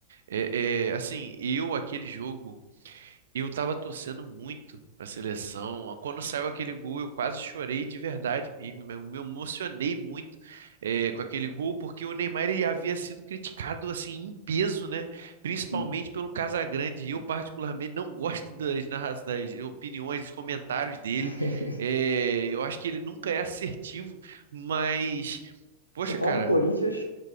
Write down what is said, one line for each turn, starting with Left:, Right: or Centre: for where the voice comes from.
Right: É, é, assim, eu, aquele jogo. E eu tava torcendo muito pra seleção. Quando saiu aquele gol, eu quase chorei de verdade mesmo. Me me emocionei muito eh, com aquele gol, porque o Neymar ele havia sido criticado assim em peso, né? Principalmente
Left: Sim.
Right: pelo Casagrande. E Eu, particularmente, não gosto das, narra- das opiniões, dos comentários dele.
Left: <laughs>
Right: Eh, eu acho que ele nunca é assertivo, mas. Poxa,
Left: Só falar
Right: cara,
Left: do Corinthians,